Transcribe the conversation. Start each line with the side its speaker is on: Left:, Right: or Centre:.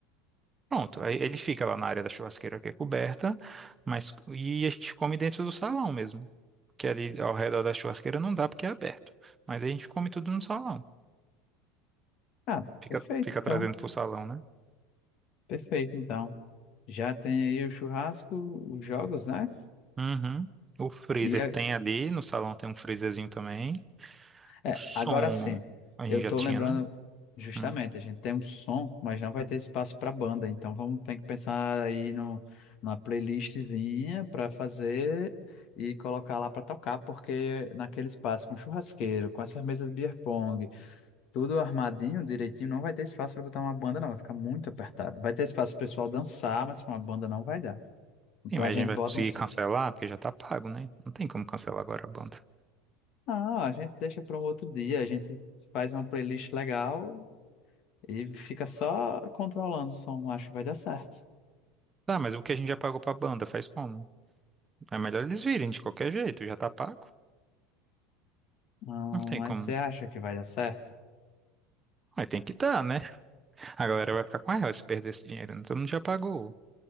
Right: Pronto, aí ele fica lá na área da churrasqueira que é coberta, mas e a gente come dentro do salão mesmo, porque ali ao redor da churrasqueira não dá porque é aberto, mas aí a gente come tudo no salão.
Left: Ah,
Right: Fica,
Left: perfeito,
Right: fica
Left: então.
Right: trazendo pro salão, né?
Left: Perfeito, então. Já tem aí o churrasco, os jogos, né?
Right: Uhum. O freezer
Left: e
Right: tem ali, no salão tem um freezerzinho também. O
Left: É,
Right: som
Left: agora sim,
Right: a gente
Left: eu
Right: já
Left: tô
Right: tinha,
Left: lembrando
Right: né?
Left: justamente,
Right: Hum.
Left: a gente tem um som, mas não vai ter espaço para banda, então vamos ter que pensar aí no, numa playlistzinha para fazer e colocar lá para tocar, porque naquele espaço com churrasqueiro, com essas mesas de beer pong, tudo armadinho, direitinho, não vai ter espaço para botar uma banda, não, vai ficar muito apertado. Vai ter espaço pro pessoal dançar, mas pra uma banda não vai dar. Então
Right: Sim, mas
Left: a gente
Right: a gente vai
Left: bota
Right: conseguir
Left: uns.
Right: cancelar porque já tá pago, né? Não tem como cancelar agora a banda.
Left: Não, a gente deixa para um outro dia, a gente faz uma playlist legal E fica só controlando o som. Acho que vai dar certo.
Right: Tá, mas o que a gente já pagou pra banda faz como? É melhor eles virem de qualquer jeito, já tá pago.
Left: Não,
Right: Não tem
Left: mas
Right: como.
Left: você acha que vai dar certo?
Right: Mas tem que dar, né? A galera vai ficar com raiva se perder esse dinheiro, né? Todo mundo já pagou.